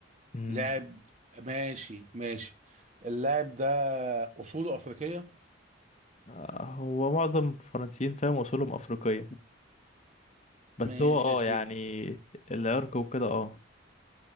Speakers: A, on the left (about 35°); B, on the right (about 35°).
A: امم
B: لاعب ماشي ماشي اللاعب ده اصوله افريقيه
A: آه، هو معظم الفرنسيين فاهم اصولهم افريقيه بس
B: ماشي
A: هو اه
B: يا سيدي
A: يعني العرق وكده اه